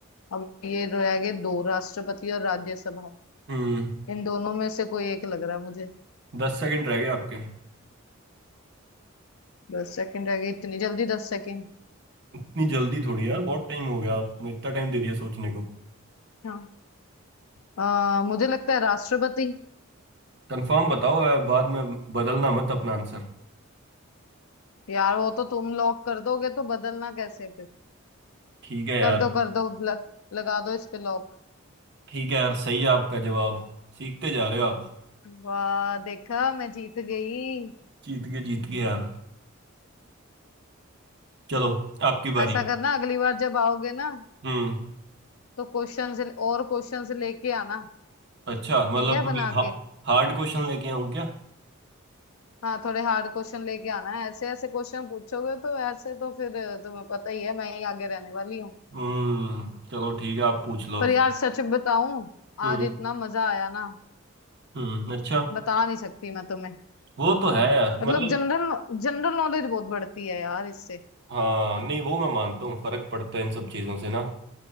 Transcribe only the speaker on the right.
हम्म
दस सेकंड रह गए आपके
इतनी जल्दी थोड़ी यार बहुत टाइम हो गया आपने इतना टाइम दे दिया सोचने को
कंफर्म बताओ यार, बाद में बदलना मत अपना आंसर
ठीक है यार
ठीक है यार सही है आपका जवाब सीखते जा रहे हो आप
जीत गए जीत गए यार चलो आपकी बारी
हम्म
अच्छा मतलब
थोड़ी
हा,
हार्ड क्वेश्चन लेके आऊं क्या
हम्म चलो ठीक है आप पूछ लो
अब।
हम्म
हम्म अच्छा
वो तो है यार मतलब
हाँ नहीं वो मैं मानता हूँ फर्क पड़ता है इन सब चीजों से ना